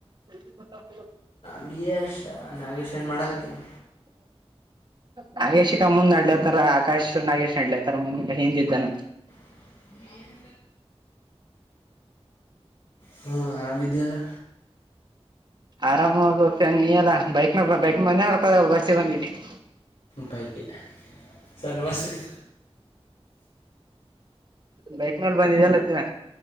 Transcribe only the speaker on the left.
<unintelligible> ಯಶ ನಾಗೇಶ ಏನ ಮಾಡಕತ್ತಾನ
<inaudible> ಹು ಆರಾಮ ಇದಿಯಲ್ಲ
ಬೈಕ <unintelligible> ಇಟ್ಟ ಸರ್ ನಮಸ್ತೆ ರೀ